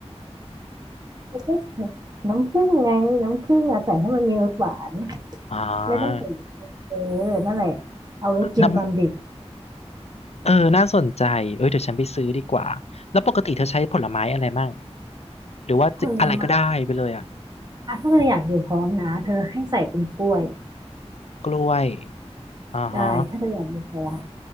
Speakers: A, on the right (about 35°); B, on the left (about 70°).
A: แล้วก็ใส่น้ำผึ้งไง น้ำผึ้งอะใส่ให้มันมีรสหวาน
B: อ่า
A: ไม่ต้องใส่เออนั่นแหละเอาไว้กินตอนดึก
B: น้ำเออน่าสนใจเอ้ยเดี๋ยวฉันไปซื้อดีกว่าแล้วปกติเธอใช้ผลไม้อะไรมั่งหรือว่าจะอะไรก็ได้ไปเลยอะ
A: ผลไม้อะถ้าเธออยากอยู่ท้องนะเธอให้ใส่เป็นกล้วย
B: กล้วยอ่าฮะ
A: ได้ถ้าเธออยากอยู่ท้อง